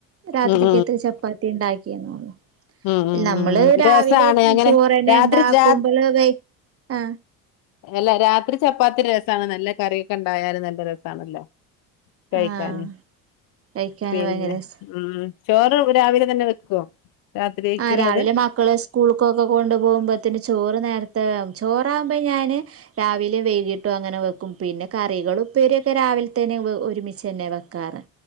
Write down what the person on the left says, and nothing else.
ഉം
ഉം ഉം ഉം
ഉം
രസാണ് അങ്ങനെ
രാത്രി രാ
അല്ല രാത്രി ചപ്പാത്തി രസാണ്. നല്ല കറിയൊക്കെണ്ടായാല് നല്ല രസാണല്ലോ കഴിക്കാന്
പിന്നെ
ഉം ചോറ് രാവിലെ തന്നെ വെക്കോ? രാത്രിയേക്കുള്ളത്